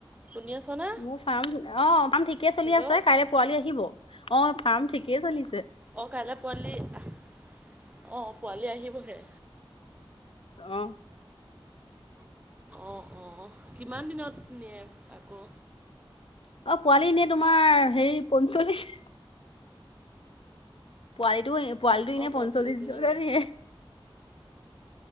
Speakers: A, on the right; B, on the left.
A: শুনি আছনে।
B: মোৰ ফাৰ্ম অ ফাৰ্ম ঠিকে চলি
A: হেল্ল'
B: আছে। কাইলৈ পোৱালি আহিব অ ফাৰ্ম ঠিকে চলিছে।
A: অ', কাইলৈ পোৱালি অ', পোৱালি আহিবহে
B: অ',
A: অ', অ', কিমান দিনত নিয়ে আকৌ
B: অ', পোৱালিনে তোমাৰ হেৰি পঞ্চলিশ পোৱালিটো পোৱালিটো এনেই
A: অঁ পঞ্চল্লিছ
B: পঞ্চল্লিশ
A: দিনত
B: জনে
A: নিয়ে